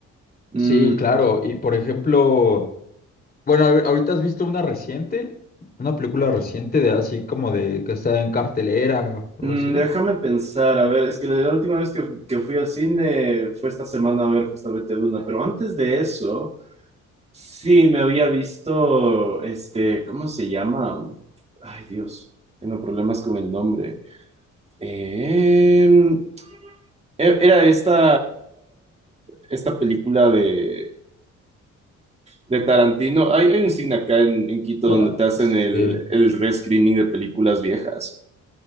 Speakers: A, on the right; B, on the left.
A: Mm,
B: Sí, claro. Y por ejemplo... Bueno, ahor- ahorita has visto una reciente, una película reciente de así como de que está en cartelera o
A: Mm,
B: algo así.
A: déjame pensar, a ver, es que la última vez que, que fui al cine fue esta semana a ver justamente Duna, pero antes de eso, sí me había visto, este, ¿cómo se llama? Ay, Dios, tengo problemas con el nombre. Em, e- era esta, esta película de, de Tarantino. Hay, hay un cine acá en, en Quito
B: Tara-
A: donde te hacen
B: sí,
A: el, el rescreening de películas viejas.